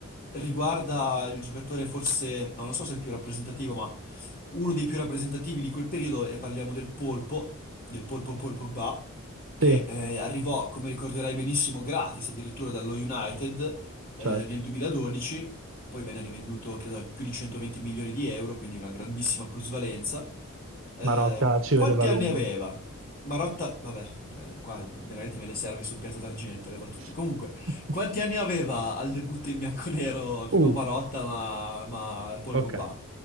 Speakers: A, on the left (about 40°); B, on the right (about 60°).
A: riguarda il giocatore forse, no, non so se è il più rappresentativo, ma uno dei più rappresentativi di quel periodo, e parliamo del Polpo, del Polpo Polpo Ba, che
B: Sì,
A: eh, arrivò, come ricorderai benissimo, gratis addirittura dallo United eh,
B: certo.
A: nel 2012, poi venne rivenduto, credo, a più di 120 milioni di euro, quindi una grandissima plusvalenza. Eh,
B: Marotta ci
A: quanti
B: vedeva a lungo.
A: anni aveva? Marotta, vabbè, eh, qua veramente me le servi su un piatto d'argento le battute.
B: <laughs>
A: Comunque, quanti anni aveva al debutto in bianconero,
B: Uh,
A: non Marotta, ma, ma Paul
B: ok,
A: Pogba?